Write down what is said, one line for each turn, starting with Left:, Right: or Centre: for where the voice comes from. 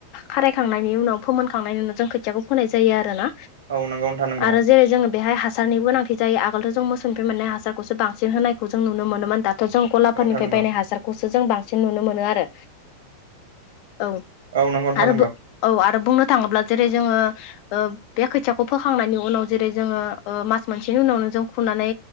Left: खारायखांनायनि उनाव फोमोनखांनायनि उनाव जों खो खोथियाखौ फोननाय जायो आरो ना
Right: औ नंगौ नोंथां नंगौ
Left: आरो जेरै जो बेहाय हासारनि गोनांथि जायो आगोलथ' जों मोसौनिफ्राय मोननाय हासारखौसो बांसिन होनायखौ जों नुनो मोनोमोन दा जों गलाफोरनिफ्राय
Right: नंगौ नोंथां नंगौ
Left: बायनाय हासारखौसो जों बांसिन नुनो मोनो आरो औ
Right: नंगौ नोंथां
Left: आरो औ आरो बुंनो थाङोब्ला जेरै जोङो बे खोथियाखौ फोखांनायनि उनाव जेरै जोङो मास मोनसेनि उनावनो जों खुरनानै